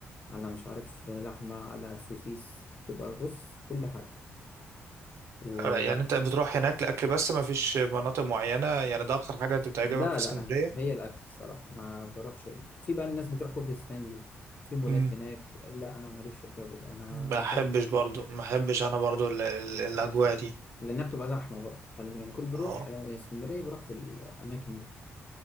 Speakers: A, on the left; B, on the right.
A: على مش عارف لحمة على سوسيس تبقى بص كل حاجة و
B: آه، يعني انت بتروح هناك لاكل بس ما فيش مناطق معينه يعني ده اكتر حاجه انت بتعجبك
A: لا
B: في اسكندريه
A: لا هي الأكل الصراحة ما بروحش في بقى الناس بتروح كوبري ستانلي في مولات
B: مم.
A: هناك لا أنا ماليش في الجو ده أنا
B: ما
A: أحب
B: احبش برضو ما احبش انا برضو ال- ال- الاجواء دي
A: لانها بتبقى زحمه برضه خلي بالك، يعني كل بيروح
B: اه
A: آه، اسكندريه بيروح في الاماكن دي